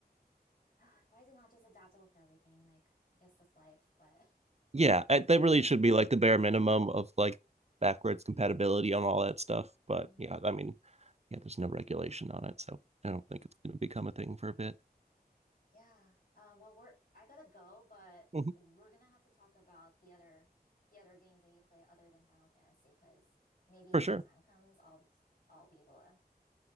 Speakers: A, on the left (about 60°); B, on the right (about 40°).
A: <sighs> why is it not just adaptable for everything? Like, I guess that's life, but
B: yeah, I, they really
A: <laughs> yeah.
B: should be like the bare minimum of like backwards compatibility on all that stuff. But
A: Mhm.
B: yeah, I mean, yeah, there's no regulation on it, so I don't think it's going to become a thing for a bit.
A: Yeah. Um, well, we're I gotta go, but
B: Mhm,
A: we're gonna have to talk about the other the other games that you play other than Final Fantasy, because maybe
B: For
A: when
B: sure.
A: the time comes, I'll I'll be able to